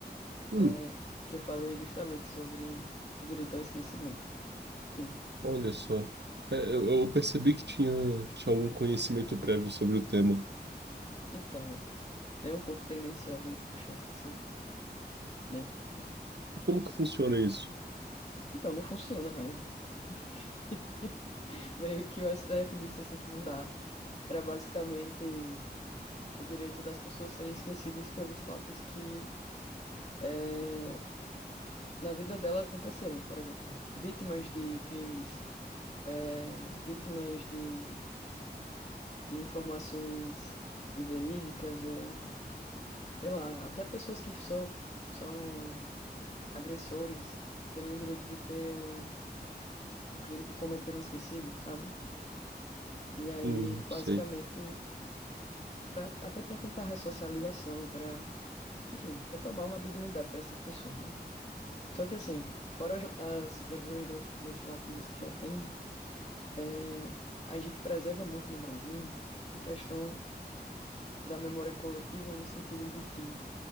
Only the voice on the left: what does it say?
é, que eu falei justamente sobre o direito ao esquecimento. Risos.
Então, né? Nem um pouco tendenciosa de puxar esse assunto. Nem um pouco.
Então, não funciona mais, né? <laughs> Meio que o STF disse assim que não dá. Era basicamente o direito das pessoas serem esquecidas pelos fatos que eh, na vida dela aconteceram. Por exemplo, vítimas de crimes, eh, vítimas de, de informações inverídicas ou, sei lá, até pessoas que são, são agressores terem o direito de ter o o crime que cometeram esquecido, sabe? E aí,
basicamente,
pra, até para tentar ressocialização, para, enfim, retomar uma dignidade para essa pessoa, né? Só que assim, fora as, as previsões le- legislativas que já tem, é, a gente preserva muito no Brasil a questão da memória coletiva no sentido de que